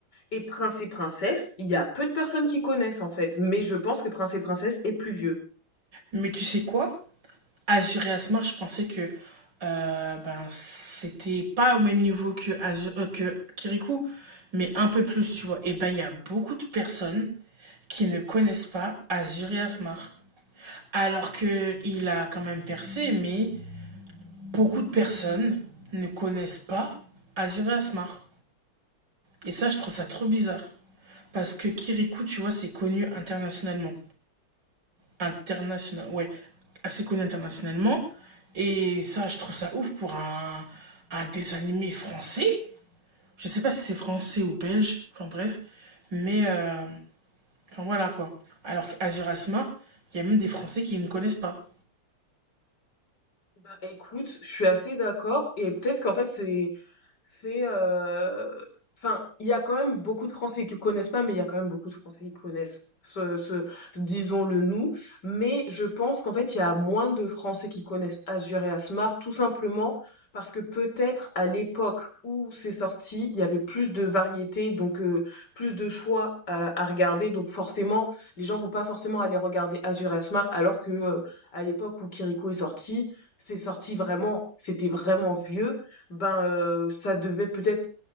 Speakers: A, on the left (about 50°); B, on the right (about 50°).
A: Et Prince et Princesse, il y a peu de personnes qui connaissent en fait, mais je pense que Prince et Princesse est plus vieux.
B: Mais tu sais quoi? Azure et Asmar, je pensais que euh, ben, c'était pas au même niveau que, Azure, euh, que Kirikou, mais un peu plus, tu vois. Et ben, il y a beaucoup de personnes qui ne connaissent pas Azure et Asmar. Alors que il a quand même percé, mais beaucoup de personnes ne connaissent pas Azure et Asmar. Et ça, je trouve ça trop bizarre. Parce que Kirikou, tu vois, c'est connu internationalement international, ouais, assez connu internationalement. Et ça, je trouve ça ouf pour un, un dessin animé français. Je sais pas si c'est français ou belge, enfin bref. Mais, euh, enfin voilà quoi. Alors qu'Azur Asmar, il y a même des Français qui ne connaissent pas.
A: Bah écoute, je suis assez d'accord et peut-être qu'en fait c'est C'est, heu, enfin, il y a quand même beaucoup de Français qui connaissent pas, mais il y a quand même beaucoup de Français qui connaissent ce ce disons-le nous, mais je pense qu'en fait, il y a moins de Français qui connaissent Asur et Asmar, tout simplement parce que peut-être à l'époque où c'est sorti, il y avait plus de variété, donc heu, plus de choix à à regarder, donc forcément, les gens vont pas forcément aller regarder Asur et Asmar, alors que, heu, à l'époque où Kiriko est sorti, c'est sorti vraiment c'était vraiment vieux ben euh, ça devait peut-être